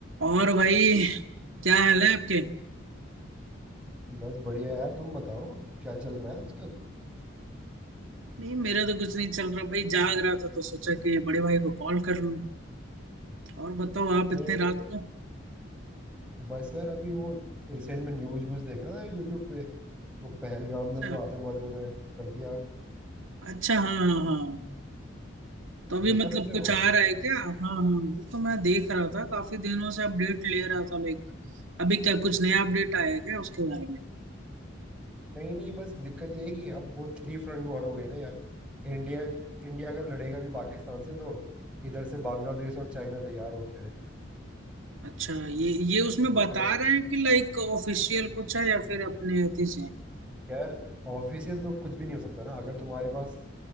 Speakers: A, on the right (about 75°); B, in the centre.
A: और भाई क्या हाल है आपके
B: बस बढ़िया यार तुम बताओ क्या चल रहा है आजकल
A: नहीं मेरा तो कुछ नहीं चल रहा भाई जाग रहा था तो सोचा कि बड़े भाई को कॉल कर लूं और बताओ आप
B: अरे
A: इतने रात को
B: बस यार अभी वो रिसेंट में न्यूज व्यूज देख रहा था यूट्यूब पे वो पहलगाम
A: अच्छा
B: में जो आतंकवादियों ने कर दिया
A: अच्छा हाँ हाँ हाँ तो अभी
B: देखा
A: मतलब
B: तुमने
A: कुछ
B: वो
A: आ रहा है क्या हाँ हाँ वो तो मैं देख रहा था काफी दिनों से अपडेट ले रहा था लाइक अभी क्या कुछ नया अपडेट आया है क्या उसके बारे में
B: नहीं नहीं बस दिक्कत ये है कि अब वो थ्री फ्रंट वॉर हो गई ना यार इंडिया इंडिया अगर लड़ेगा भी पाकिस्तान से तो इधर से बांग्लादेश और चाइना तैयार हो गए हैं।
A: अच्छा ये ये उसमें
B: तो
A: बता
B: फिर
A: रहे हैं कि लाइक ऑफिशियल कुछ है या फिर अपने अति से
B: यार ऑफिशियल तो कुछ भी नहीं हो सकता ना अगर तुम्हारे पास